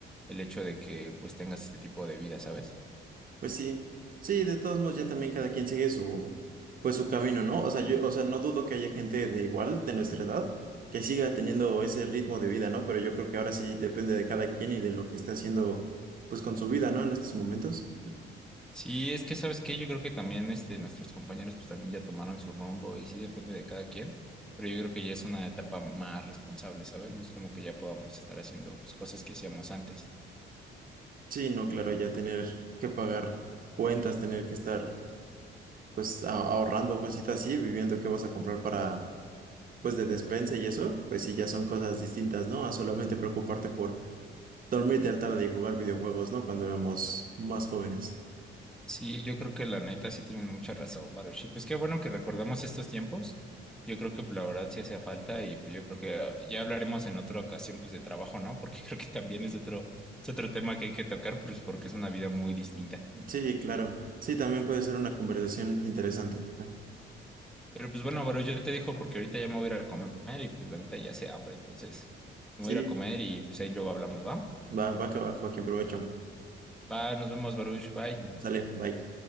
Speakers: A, in the centre; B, on the right (about 45°).
A: el hecho de que pues tengas este tipo de vida, ¿sabes?
B: Pues sí, sí, de todos modos ya también cada quien sigue su, pues su camino, ¿no? O sea, yo, o sea, no dudo que haya gente de igual, de nuestra edad, que siga teniendo ese ritmo de vida, ¿no? Pero yo creo que ahora sí depende de cada quien y de lo que está haciendo, pues con su vida, ¿no? En estos momentos.
A: Sí, es que sabes qué, yo creo que también este, nuestros compañeros pues también ya tomaron su rumbo y sí depende de cada quien, pero yo creo que ya es una etapa más responsable, ¿sabes? No es como que ya podamos estar haciendo pues cosas que hacíamos antes.
B: Sí, no, claro, ya tener que pagar cuentas, tener que estar, pues, a- ahorrando cositas así, viviendo qué vas a comprar para, pues, de despensa y eso, pues sí, ya son cosas distintas, ¿no? A solamente preocuparte por dormir tarde y jugar videojuegos, ¿no? Cuando éramos más jóvenes.
A: Sí, yo creo que la neta sí tienen mucha razón, Baruch. Y pues qué bueno que recordamos estos tiempos. Yo creo que pues, la verdad sí hacía falta y pues, yo creo que ah, ya hablaremos en otra ocasión pues de trabajo, ¿no? Porque <laughs> creo que también es otro, es otro tema que hay que tocar pues porque es una vida muy distinta.
B: Sí, claro. Sí, también puede ser una conversación interesante. ¿no?
A: Pero pues bueno, Baru, yo te dejo porque ahorita ya me voy a ir a comer y pues la neta ya hace hambre, entonces me
B: Sí,
A: voy a ir a comer y pues ahí luego hablamos, ¿va?
B: va, va que va, Joaquín, provecho.
A: Va, nos vemos, Baruch, bye.
B: Sale, bye.